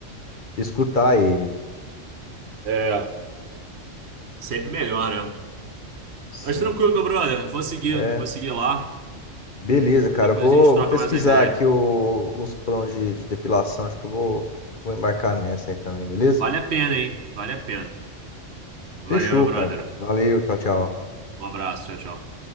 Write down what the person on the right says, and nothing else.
É, Sempre melhor, né?
Mas tranquilo, meu brother, vou seguir,
vou seguir lá
e depois
a gente troca
mais uma ideia.
Vale a pena, hein? Vale a pena. Valeu,
meu brother.
Um abraço, tchau, tchau.